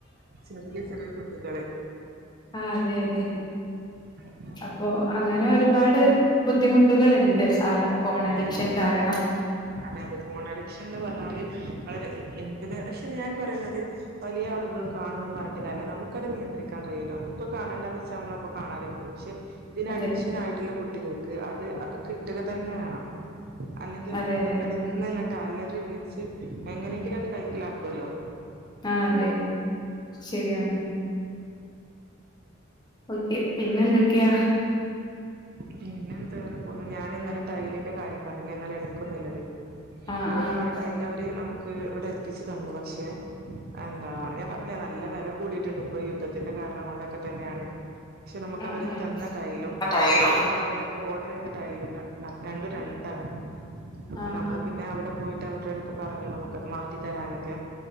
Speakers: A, on the right; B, on the left.
A: ചെറിയ ചെറിയ കുട്ടികള്..
B: ആ അതെ അതെ..
A: ഉം ഉം
B: അപ്പോ അങ്ങനെ ഒരുപാട് ബുദ്ധിമുട്ടുകള്ണ്ട്. ആ.. ഫോൺ
A: അതെ
B: അഡിക്ഷൻ കാരണം..
A: അതെ അതെ ഫോൺ അഡിക്ഷൻ ന്ന് പറഞ്ഞാല്. വളരെ യെന്തിനാ പഷേ ഞാൻ പറയുന്നത്.. വലിയ ആളുകളും കാണുമെന്ന് പറഞ്ഞിട്ട് കാര്യല്ല നമുക്കത് നിയന്ത്രിക്കാൻ കഴിയുല്ലോ ഇപ്പൊ കാണേണ്ടാന്ന് വെച്ചാ നമ്മള കാണാതിരിക്കും. ഷേ. ഇതിനഅഡിക്ഷനായിട്ടുള്ള
B: അതെ
A: കുട്ടികൾക്ക് അത് അത് കിട്ടുക തന്നെ വേണം.. അല്ലെങ്കി അവരവിടെ
B: അതെ അതെ
A: കെട.. ഇന്ന് ങ്ങണ്ടഅലറി വിളിച്ച് എങ്ങനെങ്കിലും അത് കൈക്കലാക്കുല്ലോ..
B: ആ അതെ. ശരിയാണ്.. ഓക്കെ പിന്നെ എന്തൊക്കെയാ..
A: പിന്നെന്ത് ങ്ങനെ പോണ്. ഞൻ ഇന്നലെ.. ടൈലിന്റെ കാര്യം പറഞ്ഞില്ലേ. ഇന്നലെ എടുക്കും നില്ലത്
B: ആഹ്
A: അത്
B: ആഹ്
A: നമ്മൾ ടൈല അവര്.. ക്ക് ഇവിടെ എത്തിച്ചു തന്നു പക്ഷെ.. അ എന്താ. ഞാൻ പറഞ്ഞില്ലേ നല്ല വെല കൂടിട്ടുണ്ട് ഇപ്പൊ യുദ്ധത്തിന്റെ കാരണം കൊണ്ടൊക്കെ.. തന്നെയാണ് പക്ഷെ നമുക്ക്
B: ആഹ്
A: അവര്
B: ആഹ്
A: തന്ന ടൈലും നമ്മള്
B: ആഹ്
A: നമ്മളവിടെ ഓർഡർ യ്ത ടൈലും. ര.. രണ്ടും രണ്ടാണ് അപ്പൊ
B: ആഹ്
A: നമ്മള് പിന്നെ അവിടെ.. പോയിട്ട് അവരുടെ അടുത്ത് പറഞ്ഞു നമുക്കത് മാറ്റി തരാനൊക്കെ..